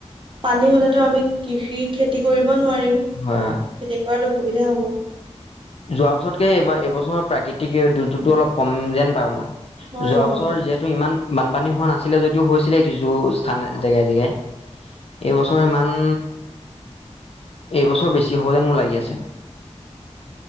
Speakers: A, on the right; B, on the left.
A: পানী হলেতো আমি কৃষি খেতি কৰিব নোৱাৰিম খেতি
B: হয় হয়
A: কৰাত অসুবিধা হ'ব।
B: যোৱা বছৰতকে এইবাৰ এইবছৰৰ প্ৰাকৃ তিক দুৰ্যোগটো অলপ কম যেন পাওঁ মই।
A: হয়
B: যোৱা
A: অ'।
B: বছৰ যিহেতু ইমান মান বান পানী হোৱা নাচি ছিলে যদিও হৈছিলে কিছু জেগাই জেগাই এইবছৰ ইমান এইবছৰ বেছি হ'ব যেন মোৰ লাগি আছে।